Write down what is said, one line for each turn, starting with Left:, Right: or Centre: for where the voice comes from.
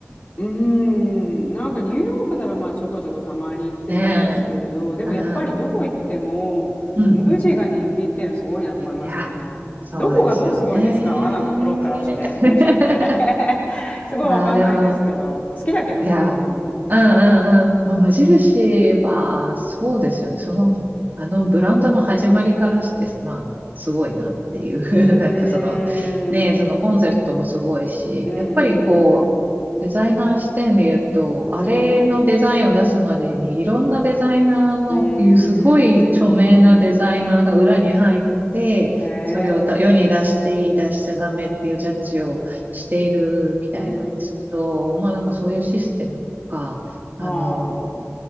Left: うーん。なんかニューヨークならまあちょこちょこたまに行ってたんですけれど、
Right: ねえ。
Left: でもやっぱりどこ行っても、
Right: あーうんうん。
Left: 無地が人気っていうのはすごいなと思いますよね。
Right: いや、そうですよね。
Left: どこがどうすごいんですかなんかプロからして、
Right: <laughs>
Left: 無地って。<laughs> すごいわかんないんですけど。
Right: まあでも、
Left: 好きだけど。
Right: いや、
Left: うん。
Right: うんうんうん。まあ、無印は、そうですよね。その、あのブランドの始まりからして、まあ、すごいなっていう。
Left: うー
Right: <laughs> なんかその、ねえ、そのコンセプトもすごいし、
Left: ん。うん
Right: やっぱりこう、
Left: うん。
Right: デザイナー視点で言うと、あれのデザインを出すまでに、
Left: うん。
Right: いろんなデザイナーの、
Left: うーん。
Right: いうすごい著名なデザイナーが裏に入って、
Left: へえ。
Right: それをだ世に出していい、出しちゃダメっていうジャッジを、しているみたいなんですけど、
Left: うん。うん
Right: まあなんかそういうシステムとか、あの、
Left: ああ。